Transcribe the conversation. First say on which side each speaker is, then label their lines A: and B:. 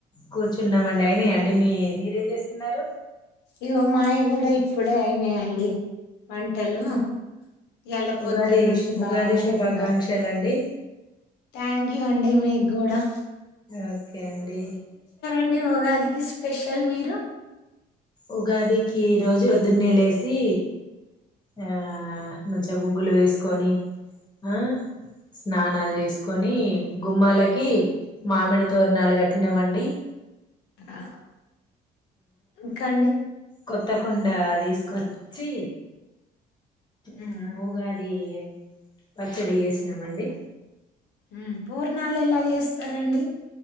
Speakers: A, on the left; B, on the left.
A: కూర్చున్నామండి. అయినా అండి మీ మీరేం చేస్తున్నారు?
B: ఇగో మాయ కూడా ఇప్పుడే అయినాయండి వంటలు. ఇయాల
A: ఉగాది
B: పొద్దున్న నుండి
A: ఉగాది
B: బాగా
A: శుభాకాంక్షలండి.
B: హెవీ వర్క్ థ్యాంక్ యూ అండి. మీకు కూడా
A: ఓకే అండి
B: అండి ఉగాదికి స్పెషల్ మీరు
A: ఉగాదికి ఈరోజు పొద్దున్నే లేసి ఆ మంచిగా ముగ్గులు వేసుకొని ఆ స్నానాలు చేసుకు కొని గుమ్మాలకి మామిడి తోరణాలు కట్టినామండి.
B: ఆ ఇంకా అండి
A: కొత్తకుండా తీసుకొచ్చి
B: ఉమ్,
A: ఆ ఉగా అ అది పచ్చడి వేసినామండి.
B: ఉ పూర్ణాలు ఎలా చేస్తారండి?